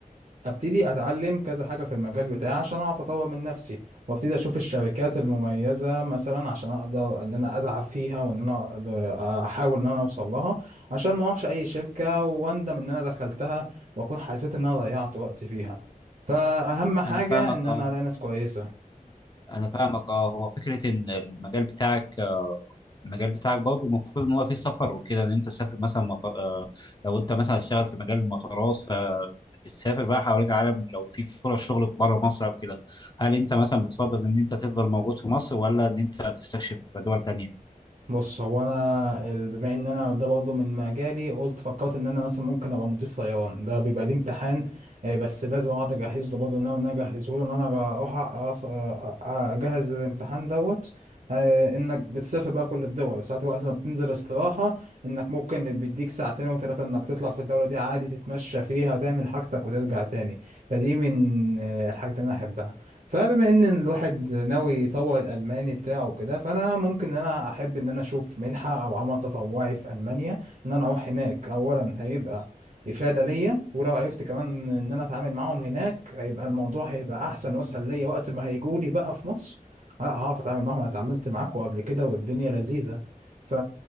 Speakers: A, on the right (about 55°); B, on the left (about 30°).
A: ابتدي اتعلم كذا حاجه في المجال بتاعي عشان اعرف اطور من نفسي وابتدي اشوف الشركات المميزه مثلا عشان اقدر ان انا اتعب فيها وان انا أقدر- احاول ان انا اوصل لها عشان ما اروحش اي شركه واندم ان انا دخلتها واكون حسيت ان انا ضيعت وقت فيها فاهم حاجه
B: انا فاهمك
A: ان
B: اه
A: انا الاقي ناس كويسه
B: انا فاهمك اه هو فكره ان المجال بتاعك المجال بتاعك برضه المفروض ان هو فيه سفر وكده ان انت تسافر مثلا مطار آه، لو انت مثلا هتشتغل في مجال المطارات بتسافر بقى حوالين العالم لو في فرص شغل في بره مصر او كده هل انت مثلا بتفضل ان انت تفضل موجود في مصر ولا ان انت تستكشف دول تانية
A: بص هو انا ال- بما ان انا ده برضه من مجالي قلت فكرت ان انا مثلا ممكن ابقى مضيف طيران ده بيبقى ليه امتحان آه، بس لازم اقعد اجهز له برضه ناوي ان انا اجهزه له ان انا اروح أخ- أ- اجهز الامتحان دوت آه، انك بتسافر بقى كل الدول ساعات وقت ما بتنزل استراحة انك ممكن بيديك ساعتين وثلاثة انك تطلع في الدولة دي عادي تتمشى فيها تعمل حاجتك وترجع تاني فدي من آه، الحاجات اللي انا احبها فبما ان الواحد ناوي يطور الالماني بتاعه وكده فانا ممكن ان انا احب ان انا اشوف منحه او عمل تطوعي في المانيا ان انا اروح هناك اولا هيبقى افاده ليا ولو عرفت كمان ان انا اتعامل معاهم هناك هيبقى الموضوع هيبقى احسن واسهل ليا وقت ما هيجولي بقى في مصر لا هعرف اتعامل معاهم انا اتعاملت معاكم قبل كده والدنيا لذيذه ف...